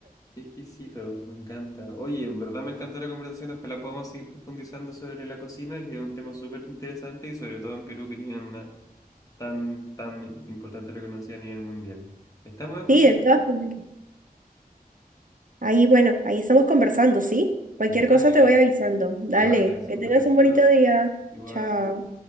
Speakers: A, on the left; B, on the right.
A: Qué exquisito, me encanta. Oye, en verdad me encantó la conversación. Ojalá podamos seguir profundizando sobre la cocina, que es un tema súper interesante y sobre todo en Perú que tienen una tan, tan importante reconocida a nivel mundial. Estamos en
B: Sí, de todas maneras. Ahí, bueno, ahí estamos conversando, ¿sí? Cualquier
A: Vale,
B: cosa te voy avisando. Dale,
A: vale, súper
B: que tengas
A: estado.
B: un bonito día.
A: Igual.
B: Chao.